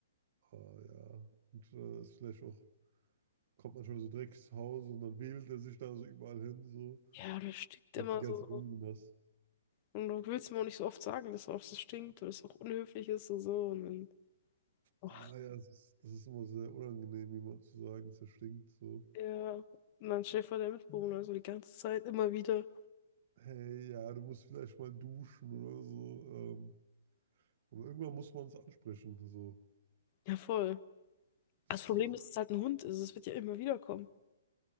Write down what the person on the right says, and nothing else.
Ah, ja. Und äh, ist vielleicht auch kommt manchmal so direkt ins Haus und dann wählt er sich da so überall hin, so.
Und
die ganze
Wohnung das.
Ah ja, das ist, das ist immer sehr unangenehm, jemand zu sagen, es stinkt so.
Hey, ja, du musst vielleicht mal duschen oder so. Ähm, aber irgendwann muss man es ansprechen, so.
Das,
äh,